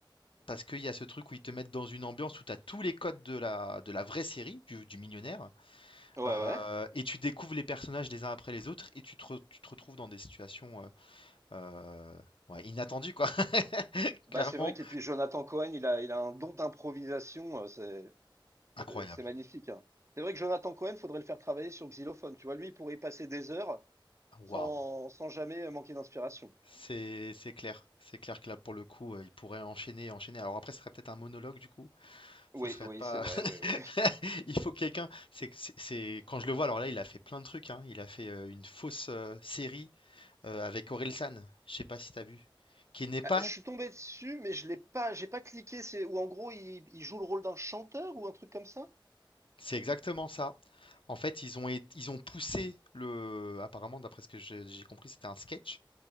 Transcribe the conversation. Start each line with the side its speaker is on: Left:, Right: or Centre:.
Left: Parce qu'il y a ce truc où ils te mettent dans une ambiance où tu as tous les codes de la, de la vraie série, du, du millionnaire,
Right: Ouais,
Left: euh,
Right: ouais.
Left: et tu découvres les personnages les uns après les autres, et tu te, re- tu te retrouves dans des situations euh, euh, ouais, inattendues, quoi. <laughs>
Right: Bah,
Left: Clairement,
Right: c'est vrai que puis Jonathan Cohen, il a il a un don d'improvisation, heu, c'est
Left: incroyable.
Right: c'est c'est magnifique, hein. C'est vrai que Jonathan Cohen, faudrait le faire travailler sur xylophone, tu vois? Lui, il pourrait y passer des heures. sans,
Left: Waouh.
Right: sans jamais manquer d'inspiration.
Left: C'est, c'est clair. C'est clair que là, pour le coup, euh, il pourrait enchaîner, enchaîner. Alors après, ce serait peut-être un monologue, du coup.
Right: Oui,
Left: Ce serait
Right: oui,
Left: pas,
Right: c'est vrai,
Left: <laughs>
Right: oui, oui.
Left: Il faut quelqu'un, c'est c'est c'est quand je le vois, alors là, il a fait plein de trucs, hein. Il a fait, heu, une fausse, heu, série, heu, avec Orelsan, je sais pas si t'as vu? Qui n'est pas
Right: Euh, Je suis tombé dessus, mais je l'ai pas, j'ai pas cliqué. C'est où en gros il, il joue le rôle d'un chanteur ou un truc comme ça?
Left: c'est exactement ça. En fait, ils ont ét ils ont poussé le apparemment, d'après ce que je j'ai compris, c'était un sketch